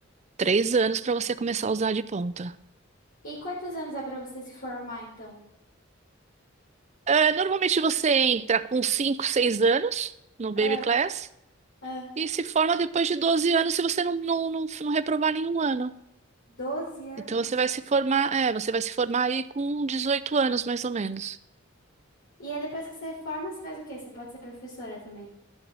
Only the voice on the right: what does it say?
Três anos para você começar a usar a de ponta.
Eh, normalmente você entra com cinco, seis anos no baby
class
e se forma depois de 12 anos se você não, não, não, não reprovar nenhum ano.
Então você vai se formar, é, você vai se formar aí com 18 anos mais ou menos.